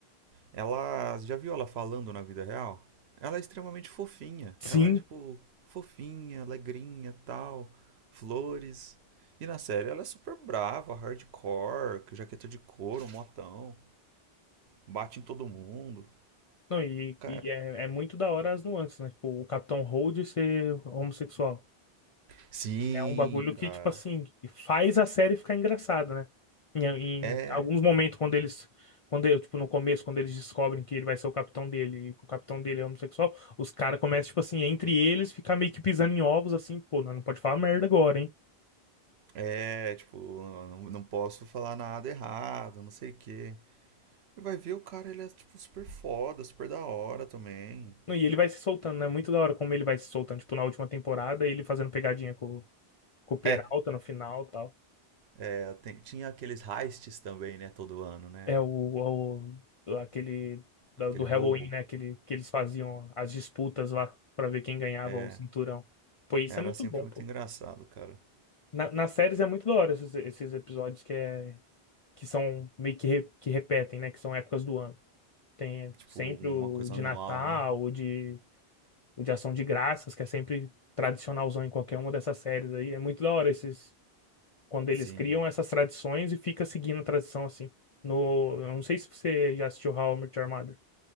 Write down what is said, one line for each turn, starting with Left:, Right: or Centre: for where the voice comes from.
Right: Ela. Já viu ela falando na vida real? Ela é extremamente fofinha.
Left: sim.
Right: Ela é, tipo, fofinha, alegrinha tal. Flores. E na série ela é super brava, hardcore, com jaqueta de couro, motão. Bate em todo mundo.
Left: Não, e,
Right: Cara,
Left: e é, é muito da hora as nuances, né? Tipo, o Capitão Holt ser homossexual.
Right: sim,
Left: É um bagulho que,
Right: cara.
Left: tipo assim, faz a série ficar engraçada, né? Em,
Right: É,
Left: em alguns momentos, quando eles. Quando, eu- tipo, no começo, quando eles descobrem que ele vai ser o capitão dele, e que o capitão dele é homossexual, os caras começam, tipo assim, entre eles, ficar meio que pisando em ovos, assim, pô, nós não pode falar merda agora, hein?
Right: é, tipo, não, não posso falar nada errado, não sei o quê. E vai ver o cara, ele é, tipo, super foda, super da hora também.
Left: Não, E ele vai se soltando, né? Muito da hora como ele vai se soltando, tipo, na última temporada, ele fazendo pegadinha com, com o Peralta
Right: É,
Left: no final e tal.
Right: é, tem- tinha aqueles heists também, né, todo ano, né?
Left: É o, o- aquele da-
Right: Aquele
Left: do Halloween,
Right: roubo.
Left: né? Aquele, que eles faziam as disputas lá pra ver quem ganhava
Right: É,
Left: o cinturão. Pô, isso
Right: era
Left: é muito
Right: sempre
Left: bom,
Right: muito
Left: pô.
Right: engraçado, cara.
Left: Na- nas séries é muito da hora esses, esses episódios que, é, que são meio que, re- que repetem, né? Que são épocas do ano. Tem
Right: Tipo,
Left: sempre
Right: uma
Left: o
Right: coisa
Left: de
Right: anual,
Left: Natal,
Right: né?
Left: o de, o de Ação de Graças, que é sempre tradicionalzão em qualquer uma dessas séries aí. É muito da hora esses, quando eles
Right: Sim.
Left: criam essas tradições e fica seguindo a tradição assim. No, eu não sei se você já assistiu How I Met Your Mother.